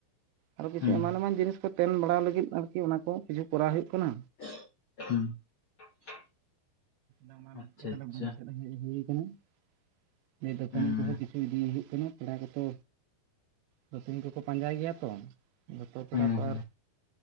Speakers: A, on the right; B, on the left.
A: ᱟᱨᱚ ᱠᱤᱪᱷᱩ
B: ᱦᱩᱸ
A: ᱮᱢᱟᱱ ᱮᱢᱟᱱ ᱡᱤᱱᱤᱥ ᱠᱚ ᱛᱮᱱ ᱵᱟᱲᱟ ᱞᱟᱹᱜᱤᱫ ᱟᱨᱠᱤ ᱚᱱᱟ ᱠᱚ ᱠᱤᱪᱷᱩ ᱠᱚᱨᱟᱣ ᱦᱩᱭᱩᱜ ᱠᱟᱱᱟ
B: <unintelligible>
A: ᱟᱨ ᱚᱱᱟ ᱞᱟᱹᱜᱤᱫ
B: ᱟᱪᱪᱷᱟ
A: ᱜᱮ ᱛᱟᱦᱞᱮ
B: ᱟᱪᱪᱷᱟ
A: ᱵᱩᱨᱩ ᱥᱮᱫ ᱦᱮᱡ ᱦᱩᱭ ᱠᱟᱱᱟ᱾ ᱫᱟᱹᱛᱟᱹᱱᱤ
B: ᱦᱩᱸ
A: ᱠᱚᱦᱚᱸ ᱠᱤᱪᱷᱩ ᱤᱫᱤ ᱦᱩᱭᱩᱜ ᱠᱟᱱᱟ ᱯᱮᱲᱟ ᱠᱚᱛᱚ ᱫᱟᱹᱛᱟᱹᱱᱤ ᱠᱚᱠᱚ ᱯᱟᱸᱡᱟᱭ ᱜᱮᱭᱟ ᱛᱚ ᱡᱚᱛᱚ ᱯᱮᱲᱟ
B: ᱦᱩᱸ
A: ᱛᱚ ᱟᱨ